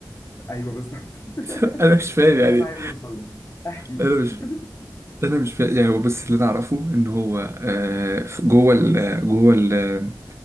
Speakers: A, on the left; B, on the right.
A: ايوه بالظبط <laughs>
B: <laughs> انا مش فاهم
A: ده
B: يعني
A: اللي انا عايز اوصل له احكي
B: انا مش
A: <laughs>
B: انا مش فا... يعني هو بس اللي انا اعرفه ان هو آه، ف- جوه ال... جوه ال...